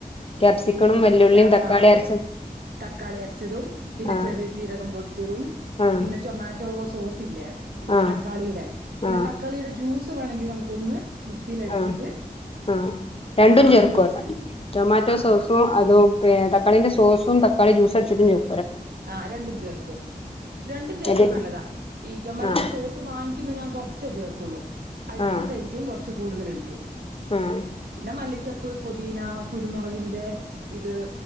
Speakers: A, on the left (about 35°); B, on the right (about 80°).
A: ക്യാപ്സിക്കണും
B: ഇ ഈ
A: വെല്ലുള്ളിയും
B: ക്യാ
A: തക്കാളി
B: താ ആ
A: അരച്ച
B: തക്കാളി അരച്ചതും പിന്നെ
A: ആഹ്
B: ചെറിയ ജീരകം പൊടിച്ചതും
A: ആഹ്
B: പിന്നെ ടൊമാറ്റോ സോസ്സില്ലേയ്
A: ആഹ്
B: തക്കാളിയുടെ പിന്നെ
A: ആഹ്
B: തക്കാളിയുടെ ജ്യൂസ് വേണങ്കിൽ നമുക്കൊന്ന് മിക്സിൽ അടിച്ചിട്ട്
A: ആഹ് ആഹ് രണ്ടും
B: ആ
A: ചേർക്കോ
B: അതു ഒഴിച്ച്
A: ടൊമാറ്റോ
B: ആ
A: സോസും അതും പി തക്കാളിന്റെ സോസും തക്കാളി ജ്യൂസടിച്ചിട്ടും ചേർ
B: ആ രണ്ടും ചേർക്കും രണ്ടും ചേർത്ത്
A: ഏത്
B: നല്ലതാ ഈ ടൊമാറ്റൊന്റെ
A: ആഹ്
B: സോസ് വാങ്ങിക്കുന്ന ഞാൻ കൊറ റച്ചേ ചേർക്കുള്ളൂ. അടിച്ചതായിരിക്കും
A: ആഹ്
B: കൊറച്ച് കൂടുതൽ ഒഴിക്കൂ
A: ആഹ്
B: പിന്നെ മല്ലിച്ചപ്പ്, പൊതീന, കുരുമൊ ളകിന്റെ ഇത്